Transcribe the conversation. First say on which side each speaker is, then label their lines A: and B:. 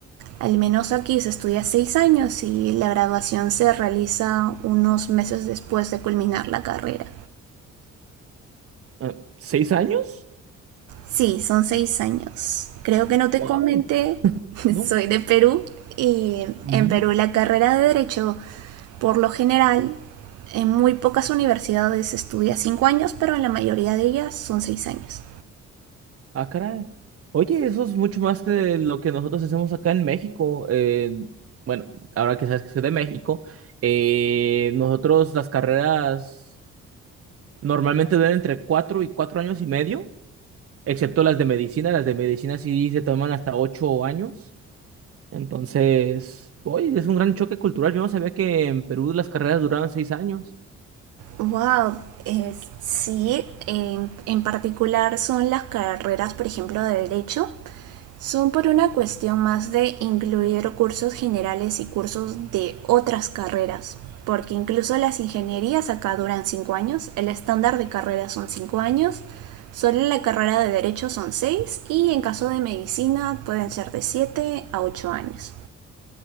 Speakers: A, on the right; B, on the right.
A: al menos aquí se estudia seis años y la graduación se realiza unos meses después de culminar la carrera.
B: Ah, ¿Seis años?
A: Sí, son seis años. Creo que no te
B: Wow,
A: comenté, <laughs>
B: no.
A: soy de Perú y
B: Ujú.
A: en Perú la carrera de Derecho, por lo general, en muy pocas universidades estudia cinco años, pero en la mayoría de ellas son seis años.
B: Ah, caray. Oye, eso es mucho más que lo que nosotros hacemos acá en México. Eh, bueno, ahora que sabes que soy de México, eh, nosotros las carreras normalmente duran entre cuatro y cuatro años y medio, excepto las de medicina. Las de medicina sí se toman hasta ocho años. Entonces, hoy es un gran choque cultural. Yo no sabía que en Perú las carreras duraban seis años.
A: Wow, eh, sí, en en particular son las carreras, por ejemplo, de Derecho. son por una cuestión más de incluir cursos generales y cursos de otras carreras, porque incluso las ingenierías acá duran 5 años, el estándar de carreras son 5 años, solo la carrera de derecho son 6 y en caso de medicina pueden ser de 7 a 8 años.